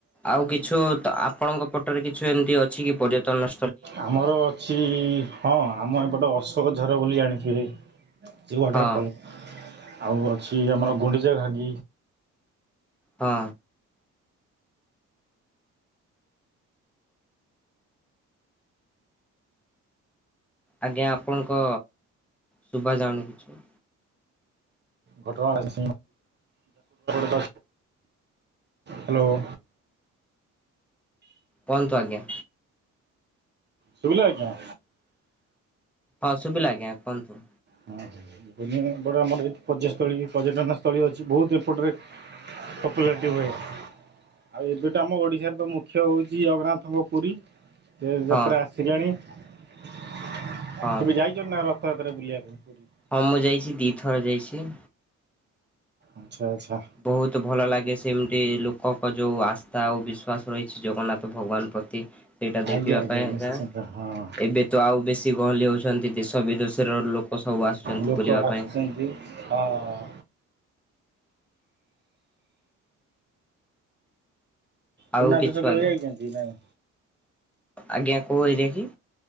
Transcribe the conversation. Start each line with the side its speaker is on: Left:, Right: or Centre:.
Centre: ଆଉ କିଛୁ ଆପଣଙ୍କ ପଟରେ କିଛି ଏମିତି ଅଛି କି ପର୍ଯ୍ୟଟନ
Right: ଆମର ଅଛି। ହଁ ଆମ ଏପଟେ ଅଶୋକ ଝର ବୋଲି ଜାଣିଥିବେ ଯେଉଁ ୱାଟରଫଲ୍
Centre: ହଁ
Right: ଆଉ ଅଛି ଆମର ଗୁଣ୍ଡିଚା ଘାଙ୍ଗି।
Centre: ହଁ। ଆଜ୍ଞା ଆପଣଙ୍କ ଶୁଭା ଜାଉନି କିଛି।
Right: ଘଟଗଣା <unintelligible> ହ୍ୟାଲୋ
Centre: କୁହନ୍ତୁ ଆଜ୍ଞା।
Right: ଶୁଭିଲା ଆଜ୍ଞା।
Centre: ହଁ ଶୁଭିଲା ଆଜ୍ଞା କୁହନ୍ତୁ।
Right: ହ ବଟ ଆମର ଏଠି ପର୍ଯ୍ୟୟସ୍ଥଳୀ ପର୍ଯ୍ୟଟନ ସ୍ଥଳୀ ଅଛି ବହୁତ ଏପଟରେ ପପୁଲାରଟି ହୁଏ। ଆଉ ଏବେତ ଆମ ଓଡ଼ିଶାରେ ତ ମୁଖ୍ୟ ହଉଛି ଜଗନ୍ନାଥଙ୍କ ପୁରୀ। ସେ
Centre: ହଁ
Right: ଯାତ୍ରା ଆସିଲାଣି କେବେ
Centre: ହଁ
Right: ଯାଇଛ ନା ରଥଯାତ୍ରା ବୁଲିବାକୁ <unintelligible>
Centre: ହ ମୁଁ ଯାଇଛି ଦୁଇଥର ଯାଇଛି।
Right: ଆଚ୍ଛା ଆଚ୍ଛା।
Centre: ବହୁତ ଭଲ ଲାଗେ ସେମିତି ଲୋକଙ୍କ ଯୋଉ ଆ ତା ଆଉ ବିଶ୍ୱାସ ରହିଛି ଜଗନ୍ନାଥ ଭଗବାନ ପ୍ରତି ସେଇଟା
Right: ଆଜ୍ଞା
Centre: ଦେଖିବା
Right: ଆଜ୍ଞା
Centre: ପାଇଁ ଆକା।
Right: ନିଶ୍ଚିନ୍ତ ହଁ।
Centre: ଏବେ ତ ଆଉ ବେଶୀ ଗହଳି ହୋଉଛନ୍ତି ଦେଶ ବିଦେଶର ଲୋକ ସବୁ ଆସୁଛନ୍ତି
Right: ଲୋକ
Centre: ବୁଲିବା
Right: ଆସୁଛନ୍ତି
Centre: ପାଇଁ।
Right: ହଁ।
Centre: ଆଉ
Right: ସୁନାବେଶ
Centre: କିଛୁ
Right: କେବେ
Centre: ଆଜ୍ଞା
Right: ଯାଇଛନ୍ତି ନାଇଁ।
Centre: ଆଜ୍ଞା କୋଉ ଏରିଆ କି?